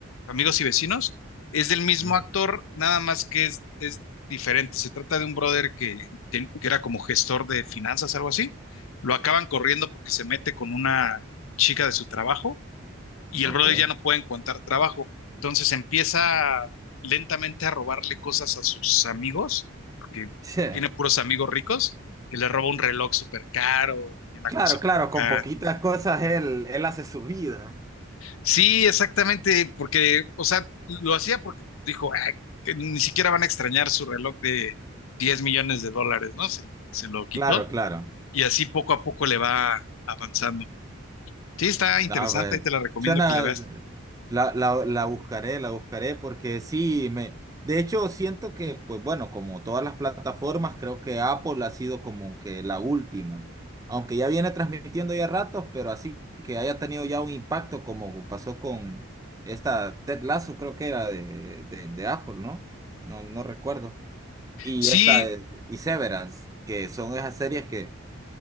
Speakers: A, on the left (about 75°); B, on the right (about 15°).
A: amigos y vecinos es del mismo
B: Mm,
A: actor, nada más que es, es diferente. Se trata de un brother que, te- que era como gestor de finanzas, algo así. Lo acaban corriendo porque se mete con una chica de su trabajo y
B: Ok.
A: el brother ya no puede encontrar trabajo. Entonces empieza lentamente a robarle cosas a sus amigos, porque
B: Sí,
A: tiene puros amigos ricos, que le roba un reloj súper caro y una
B: claro,
A: cosa por
B: claro, con
A: acá.
B: poquitas cosas él, él hace su vida.
A: Sí, exactamente, porque, o sea, lo hacía porque dijo, "Ah, que ni siquiera van a extrañar su reloj de 10 millones de dólares, ¿no? Se, lo- se lo quitó
B: Claro, claro.
A: y así poco a poco le va avanzando. Sí, está interesante
B: Ah, pues,
A: y te la recomiendo
B: suena,
A: que la veas.
B: eh, la, la, la buscaré, la buscaré porque sí, me, de hecho siento que, pues bueno, como todas las plataformas, creo que Apple ha sido como que la última, aunque ya viene transmitiendo ya ratos, pero así que haya tenido ya un impacto como pasó con esta Ted Lasso, creo que era de, de, de Apple, ¿no? No, no recuerdo. Y
A: Sí,
B: esta es, y Severance, que son esas series que,